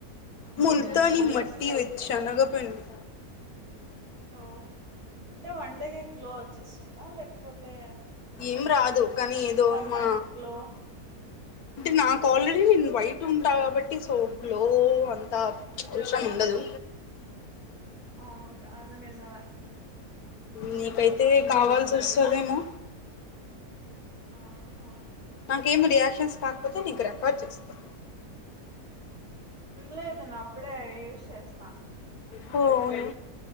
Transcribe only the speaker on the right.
ఓ అంటే వండేకే గ్లో వచ్చేస్తోందా లేకపోతే
పర్మనెంట్
గ్లో
అవున క అది నిజమే
ఆహా
లేదున అప్పుడే యూజ్ చేస్